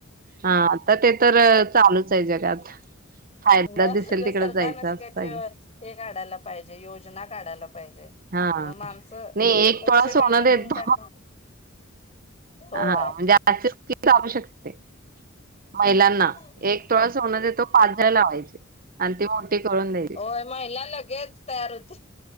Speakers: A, on the right; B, on the left.
A: हा आता ते तर चालूच आहे जगात. फायदा
B: मग
A: दिसेल तिकडे
B: सरकारन
A: जायचं
B: अशी
A: असं
B: काहीतर
A: आहे.
B: हे काढायला पाहिजे योजना काढायला पाहिजे.
A: हा
B: मग माणसं
A: नाही एक
B: पैसे
A: तोळा सोनं
B: मिळतात
A: देतो
B: म्हणून काय पण होय.
A: हा म्हणजे अशी स्कीम चालू शकते. महिलांना
B: हम्म.
A: एक तोळा सोन देतो पाच् झाडं लावायचे आणि ते ते कळून दे
B: होय महिला लगेच तयार होती